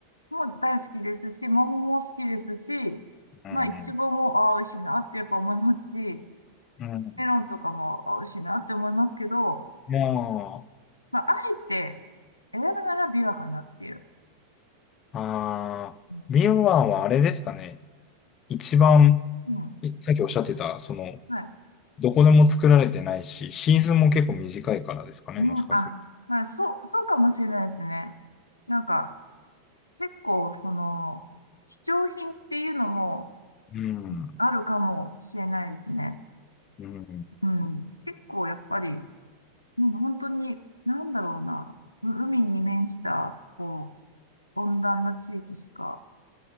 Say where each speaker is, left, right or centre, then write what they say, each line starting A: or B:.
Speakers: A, on the left; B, on the left.
A: もう大好きですし、桃も好きですし、
B: うん。
A: まあ、いちごも、ああ、美味しいなってやっぱ思いますし、メ
B: うん。
A: ロンとかも、ああ、美味しいなって思いますけど、
B: いやー
A: まあ、あえて選ぶならビワかなっていう。
B: あー、
A: うん。
B: ビワはあれですかね。一番、
A: うん
B: いさっきおっしゃってた、その、
A: はい。
B: どこでも作られてないし、シーズンも結構短いからですかね、
A: うん、
B: もしかすると。
A: あ、まあ、そう、そうかもしれないですね。なんか、結構、その、貴重品っていうのも
B: うん。
A: あるかもしれないですね。
B: うん。
A: うん。結構、やっぱり、うん、本当に、なんだろうな、う海に面した、こう、温暖な地域しか、